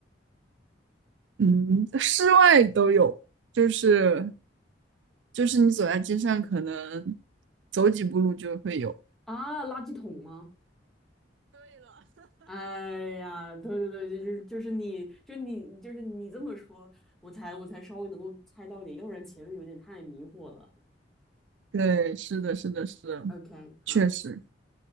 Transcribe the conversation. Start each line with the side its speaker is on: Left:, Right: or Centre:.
Right: 嗯，室外都有，就是就是你走在街上，可能走几步路就会有。
Centre: 啊，垃圾桶吗？哎呀，对对对，就是就是你，就你就是你这么说，我才我才稍微能够猜到一点，要不然前面有点太迷惑了。
Right: 对，是的，是的，是的，
Centre: OK，好，
Right: 确实。